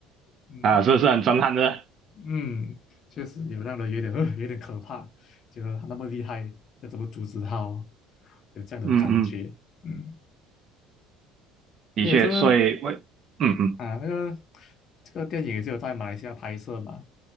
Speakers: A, on the left (about 35°); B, on the right (about 35°).
A: 嗯
B: 啊，是是很震撼的，
A: 嗯，确实有让人有点、<laughs> 呃有点可怕，觉得他那么厉害，要怎么阻止他哦？有这样的感觉。
B: 嗯嗯，
A: 嗯，还有就是
B: 的确，所以我嗯嗯，
A: 啊，那个这个电影就有在马来西亚拍摄嘛，